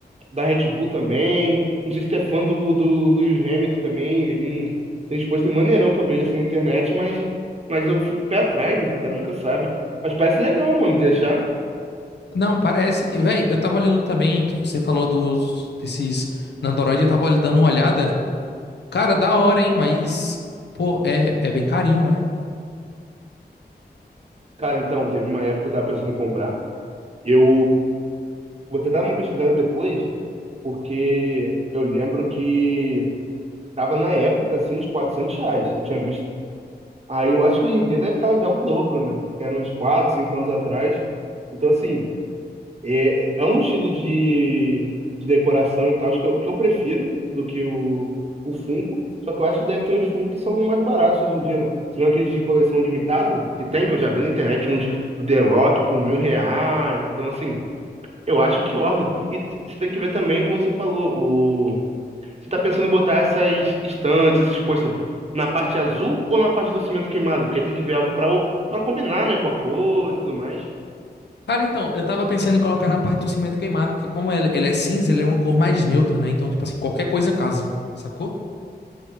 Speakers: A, on the right; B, on the left.
A: da Red Bull também. Não sei se tu é fã do, do Lewis Hamilton também. Ele não tem exposto maneirão que eu vejo assim na internet, mas, mas eu fico pé atrás, né? O cara nunca sabe. Mas parece legal, mano, de deixar.
B: Não, parece. E, Véi, eu tava olhando também, tu- você falou dos desses Nandoroid, eu tava ol- dando uma olhada. Cara, da hora, hein? Mas, pô, é, é bem carinho, né?
A: Cara, então, teve uma época que eu tava pensando em comprar. Eu vou até dar uma pesquisada depois, porque eu lembro que tava na época, assim, uns 400 reais. Eu tinha visto. Aí eu acho que hoje em dia deve estar já o dobro, né? Que era uns 4, 5 anos atrás. Então, assim, É, é um estilo de, de decoração e tal que eu, que eu prefiro do que o, o Funko. Só que eu acho que deve ter uns Funko que são mais baratos hoje em dia, né? Se não aqueles de coleção limitada, que tem, que eu já vi na internet, uns do The Rock por mil reais. Então, assim, eu acho que orna. E t- você tem que ver também, como você falou, o... você tá pensando em botar essas estantes, esses posters, na parte azul ou na parte do cimento queimado? Porque aí tem que ver algo pra, o- pra combinar, né, com a cor e tudo mais.
B: Cara, então, eu tava pensando em colocar na parte do cimento queimado, porque como ele, ele é cinza, ele é uma cor mais neutra, né? Então, tipo assim, qualquer coisa casa, sacou?